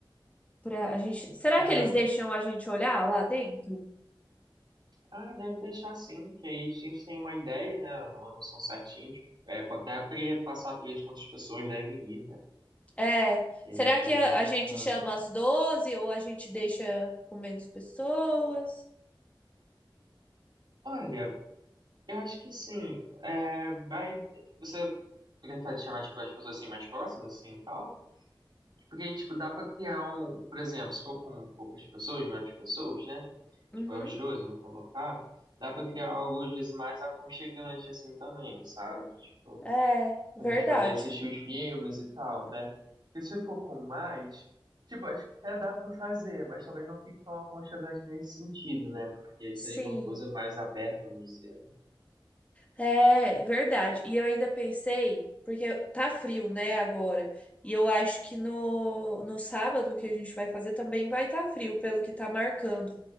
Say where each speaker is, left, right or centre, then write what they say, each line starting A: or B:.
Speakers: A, on the left; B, on the right.
A: para a gente. Será
B: É.
A: que eles deixam a gente olhar lá dentro?
B: Ah, deve deixar sim, que aí a gente tem uma ideia, né? Uma noção certinha, de, é, até pre- passar para eles quantas pessoas devem ir, né?
A: É,
B: Que
A: será
B: a gente.
A: que a, a gente
B: ah.
A: chama as doze ou a gente deixa com menos pessoas?
B: Olha, eu acho que assim, é, vai. Você prefere chamar tipo, as pessoas assim mais próximas, assim, e tal? Porque, tipo, dá para criar um, por exemplo, se for com poucas pessoas, menos pessoas, né?
A: Uhum.
B: Tipo, é os dois, vamos colocar, dá para criar algo às vezes mais aconchegante, assim, também, sabe? Tipo.
A: É, verdade.
B: pra gente poder assistir os filmes e tal, né? Porque se for com mais, tipo, acho que até dá pra fazer, mas talvez não fique tão aconchegante nesse sentido, né? Porque
A: Sim,
B: seria uma coisa mais aberta, vamos dizer, né?
A: é verdade. E eu ainda pensei, porque tá frio, né, agora. E eu acho que no, no sábado que a gente vai fazer também vai estar frio, pelo que tá marcando.